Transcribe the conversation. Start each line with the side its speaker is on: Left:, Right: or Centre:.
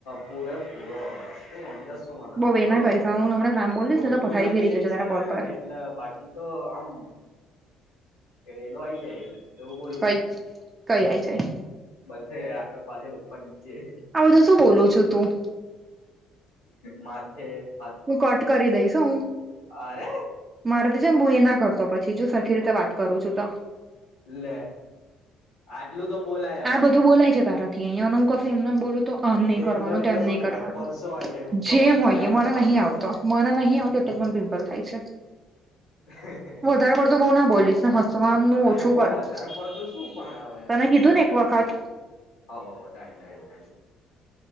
Left: પૂરૅ પૂરો તું સમજે છે શું મને
Right: બઉ
Left: આ
Right: એ
Left: તો
Right: ના કરીશ હવે હું હમણાં નામ બોલીશ
Left: ખોટું
Right: ને તો પથારી
Left: લાગી
Right: ફેરી
Left: જાય
Right: જશે
Left: છે
Right: તારા
Left: ને
Right: કોલ પર
Left: એટલે બાકી તો આમ રેલો આઈ જાય એવું બોલું
Right: કઈ કઈ આઈ જાય
Left: બધે આગળ પાછળ ઉપર નીચે
Right: આ બધું શું બોલું છું તું
Left: માથે હ
Right: હું કટ કરી દઈશ હું.
Left: અરે
Right: મારેથી છે ને બઉ એના કરતો પછી જો સરખી રીતે વાત કરું છું તો.
Left: લે આટલું તો બોલાય
Right: આ
Left: હવે.
Right: બધું બોલાય છે તારા. અહીંયા હ ક એમને એમ બોલું. તો આમ
Left: રેલો
Right: નહી કરવાનું
Left: એટલે
Right: તેમ
Left: શું
Right: નહી
Left: કેવાય
Right: કરવાનું
Left: પરસો આઈ જાય ઉપર
Right: જે
Left: નીચે
Right: હોય
Left: આગળ
Right: એ મને
Left: પાછળ
Right: નહી આવતો
Left: બધે
Right: મને નહીં આવતો. એ પણ પિમ્પલ થાય છે.
Left: હા
Right: વધારે પડતું બહુ ના બોલીશ હસમ ન ઓછું
Left: એમાં
Right: કર
Left: વધારે
Right: તને
Left: પડતું શું પણ હવે આટલું
Right: કીઘુ
Left: તો
Right: ને એક વખત.
Left: હો ડન ડન ડન.